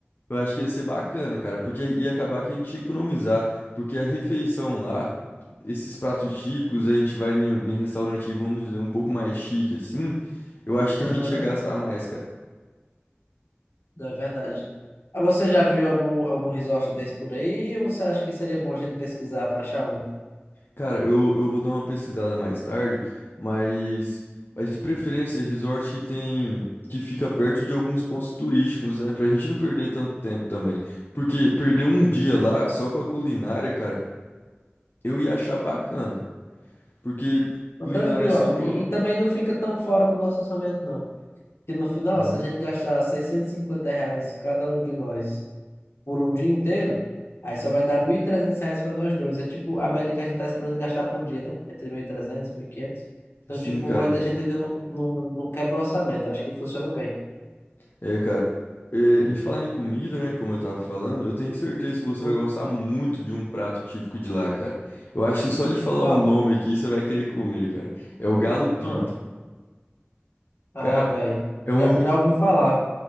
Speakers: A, on the left; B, on the left.
A: eu acho que ia ser bacana, cara, porque ia acabar que a gente ia economizar, porque a refeição lá, esses pratos típicos, a gente vai em, em restaurante, vamos dizer, um pouco mais chique assim, eu acho que
B: Aham,
A: a gente ia gastar mais, cara.
B: não, é verdade. Ah, você já viu algum, algum resort desse por aí? Ou você acha que seria bom a gente pesquisar para achar um?
A: Cara, eu, eu vou dar uma pesquisada mais tarde, mas, mas de preferência, resort que tem, que fica perto de alguns pontos turísticos, né? Pra gente não perder tanto tempo também. Porque perder um dia lá, só com a culinária, cara, eu ia achar bacana. Porque
B: Então,
A: culinária,
B: Tranquilo,
A: assim,
B: ó.
A: é uma...
B: E, e também não fica tão fora do nosso orçamento, não. Porque no final,
A: Hum.
B: se a gente gastar 650 reais cada um de nós por um dia inteiro, aí só vai dar 1.300 reais para nós dois. É tipo a média que a gente tá esperando gastar por dia, né? Entre mil e trezentos mil e quinhentos Então,
A: Assim,
B: tipo,
A: cara,
B: ainda a gente ainda não, não, não quebra o orçamento. Acho que funciona bem.
A: é, cara, é, em falar em comida, né, como eu tava falando, eu tenho certeza que você
B: O-
A: vai gostar muito de um prato típico de lá, cara. Eu acho que só de falar
B: Qual?
A: o nome aqui, você vai querer comer, cara. É o galo pinto.
B: Ah, ah
A: Cara,
B: velho.
A: é uma.
B: Já,
A: mis-
B: já ouvi falar.